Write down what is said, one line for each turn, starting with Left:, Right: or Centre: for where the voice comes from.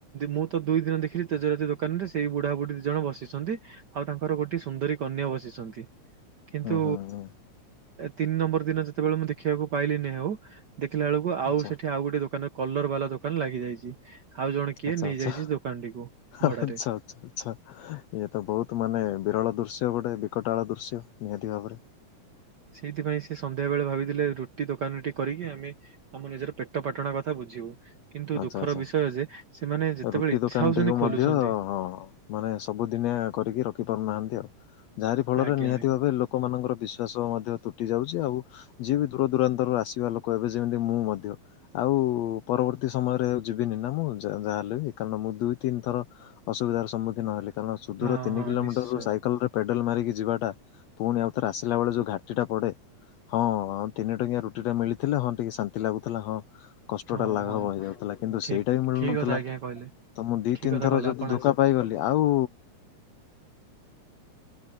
Right: ମୁଁ ତ ଦୁଇ ଦିନ ଦେଖିଲି ତେଜରାତି ଦୋକାନ ରେ ସେଇ ବୁଢ଼ାବୁଢୀ ଦି ଜଣ ବସିଛନ୍ତି। ଆଉ ତାଙ୍କର ଗୋଟେ ସୁନ୍ଦରୀ କନ୍ୟା ବସିଛନ୍ତି। କିନ୍ତୁ,
Left: ହୁଁ ହୁଁ ହୁଁ
Right: ତିନି ନମ୍ବର ଦିନ ଯେତେବେଳେ ମୁଁ ଦେଖିବାକୁ ପାଇଲିନି ଆଉ, ଦେଖିଲା ବେଳକୁ ଆଉ
Left: ଆଚ୍ଛା
Right: ସେଠି ଆଉ ଗୋଟେ ଦୋକାନ କଲର ବାଲା ଦୋକାନ ଲାଗି ଯାଇଛି, ଆଉ ଜଣେ କିଏ
Left: ଆଚ୍ଛା
Right: ନେଇଯାଇଛି
Left: ଆଚ୍ଛା
Right: ସେ ଦୋକାନଟିକୁ ଭଡାରେ
Left: ଆଚ୍ଛା। ଆଛ ଆଚ୍ଛା, ଇଏ ତ ବହୁତ ମାନେ ବିରଳ ଦୃଶ୍ୟ ଗୋଟେ, ବିକଟାଳ ଦୃଶ୍ୟ ନିହାତି ଭାବରେ।
Right: ସେଇଥିପାଇଁ ସେ ସନ୍ଧ୍ୟା ବେଳେ ଭାବିଥିଲେ ରୁଟି ଦୋକାନଟି କରିକି ଆମେ ଆମ ନିଜର ପେଟ ପାଟଣା କଥା ବୁଝିବୁ। କିନ୍ତୁ
Left: ଆଚ୍ଛା
Right: ଦୁଃଖର
Left: ଆଚ୍ଛା
Right: ବିଷୟ ଯେ ସେମାନେ ଯେତେବେଳେ
Left: ରୁଟି
Right: ଇଚଛା
Left: ଦୋକାନଟିକୁ
Right: ହଉଛନ୍ତି
Left: ମଧ୍ୟ
Right: ଖୋଲୁଛନ୍ତି।
Left: ମାନେ ସବୁ ଦିନିଆ କରିକି ରଖି ପାରୁନାହାନ୍ତି ଆଉ, ଯାହାରି ଫଳରେ
Right: ଆଜ୍ଞା
Left: ନିହାତି
Right: ଆଜ୍ଞା
Left: ଭାବେ ଲୋ ଲୋକମାନଙ୍କର ବିଶ୍ୱାସ ମଧ୍ୟ ତୁଟି ଯାଉଛି ଆଉ ଯିଏ ବି ଦୂର ଦୂରାନ୍ତରୁ ଆସିବା ଲୋକ ଏବେ ଯେମିତି ମୁଁ ମଧ୍ୟ, ଆଉ ପରବର୍ତ୍ତୀ ସମୟରେ ଆଉ ଯିବିନି ନା ମୁଁ ଯାହା ହେଲେ ବି କାରଣ ମୁଁ ଦୁଇ ତିନିଥର ଅସୁବିଧାର ସମ୍ମୁଖୀନ ହେଲି। କାରଣ ସୁଦୂର
Right: ହଁ
Left: ତିନି
Right: ହଁ
Left: କିଲୋମିଟରରୁ
Right: ନିଶ୍ଚୟ
Left: ସାଇକେଲରେ ପେଡେଲ ମାରିକି ଯିବାଟା, ପୁଣି ଆଉଥରେ ଆସିଲା ବେଳେ ଯୋଉ ଘାଟିଟା ପଡେ। ହଁ ହଁ ତିନି ଟଙ୍କିଆ ରୁଟି ଟା ମିଳିଥିଲେ ହଁ ଟିକେ ଶାନ୍ତି ଲାଗୁଥିଲା ହଁ କଷ୍ଟ
Right: ହଁ
Left: ଟା ଲାଘବ
Right: ହଁ
Left: ହଉଥିଲା କିନ୍ତୁ
Right: ଠିକ
Left: ସେଇଟା ବି ମିଳୁନଥିଲା,
Right: ଠିକ କଥା ଆଜ୍ଞା କହିଲେ
Left: ତ ମୁଁ ଦି
Right: ଠିକ
Left: ତିନି
Right: କଥା
Left: ଥର
Right: କହିଲେ
Left: ଯଦି
Right: ଆପଣ
Left: ଧୋକା
Right: ଆସ
Left: ପାଇଗଲି ଆଉ